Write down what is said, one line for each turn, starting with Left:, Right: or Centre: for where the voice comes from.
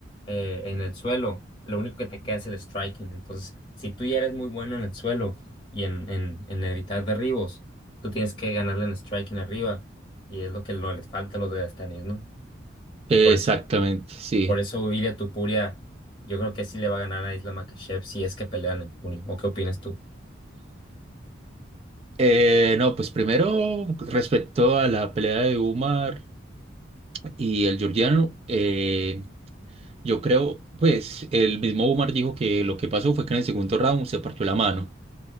Left: eh, en el suelo, lo único que te queda es el striking. Entonces, si tú ya eres muy bueno en el suelo y en, en, en evitar derribos, tú tienes que ganarle en striking arriba. Y es lo que no les falta a los Dagestanis, ¿no?
Right: Exactamente,
Left: Por eso,
Right: sí.
Left: por eso Ilia Tupuria, yo creo que sí le va a ganar a Isla Makhachev si es que pelean en junio. ¿O qué opinas tú?
Right: Eh, no, pues primero, respecto a la pelea de Umar y el georgiano, eh, yo creo, pues el mismo Umar dijo que lo que pasó fue que en el segundo round se partió la mano.